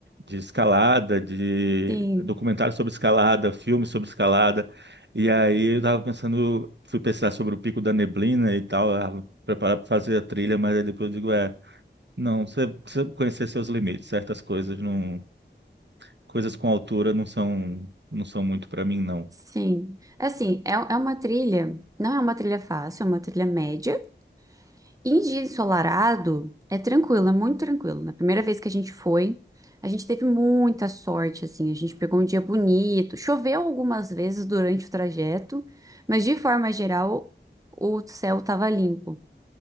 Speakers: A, on the right; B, on the right.
A: de escalada, de
B: Sim,
A: documentário sobre escalada, filme sobre escalada. E aí eu tava pensando, fui pensar sobre o Pico da Neblina e tal, ah, preparar para fazer a trilha, mas aí depois eu digo, é, não, você precisa conhecer seus limites, certas coisas não, coisas com altura não são não são muito para mim não.
B: sim. É Assim, é, é uma trilha, não é uma trilha fácil, é uma trilha média. Em dia ensolarado, é tranquilo, é muito tranquilo. Na primeira vez que a gente foi, a gente teve muita sorte, assim, a gente pegou um dia bonito. Choveu algumas vezes durante o trajeto, mas de forma geral, o céu estava limpo.